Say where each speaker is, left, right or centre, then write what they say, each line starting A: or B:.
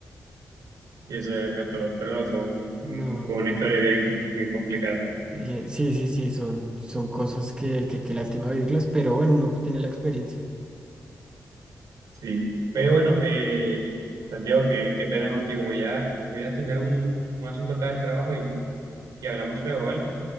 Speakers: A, on the right; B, on the right.
A: Y eso ya fue todo. Pero no, fue, un- un-
B: No.
A: fue una historia bien, bien complicada.
B: bien, Sí, sí, sí, son, son cosas que, que, que lástima vivirlas, pero bueno, uno tiene la experiencia.
A: Sí. Pero bueno, eh, Santiago, qué, qué pena contigo. Voy a, voy a atender un, un asunto acá del trabajo y, y hablamos luego, ¿vale?